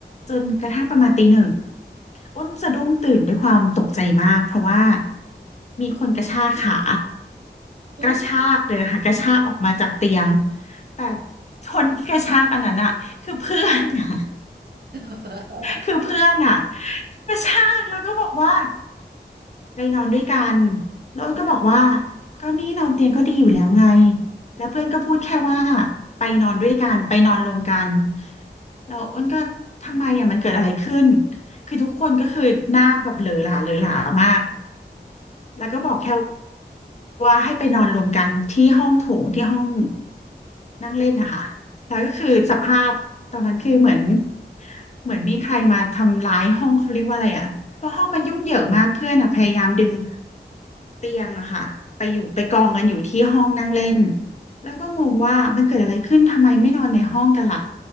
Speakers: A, on the left; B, on the right.
A: จนกระทั่งประมาณตีหนึ่งอ้นสะดุ้งตื่นด้วยความตกใจมากเพราะว่ามีคนกระชากขา
B: โอ้
A: กระชากเลยนะคะกระชากออกมาจากเตียงแต่คนที่กระชากอันนั้นอะคือเพื่อนอะ
B: <laughs>
A: คือเพื่อนอ่ะกระชากแล้วก็บอกว่าไปนอนด้วยกันแล้วก็บอกว่าก็นี่นอนเตียงก็ดีอยู่แล้วไงแล้วเพื่อนก็พูดแค่ว่าไปนอนด้วยกันไปนอนรวมกันแล้วอ้นก็ทำไมอ่ะมันเกิดอะไรขึ้นคือทุกคนก็คือหน้าแบบเหลอหลาเหลอหลามาก แล้วก็บอกแค่ว่าให้ไปนอนรวมกันที่ห้องโถงที่ห้องนั่งเล่นนะคะแล้วก็คือสภาพตอนนั้นคือเหมือนเหมือนมีใครมาทำร้ายห้องเขาเรียกว่าอะไรอ่ะเพราะห้องมันยุ่งเหยิงมากเพื่อนอ่ะพยายามดึงเตียงอะค่ะไปอยู่ไปกองกันอยู่ที่ห้องนั่งเล่นแล้วก็งงว่ามันเกิดอะไรขึ้นทำไมไม่นอนในห้องกันล่ะ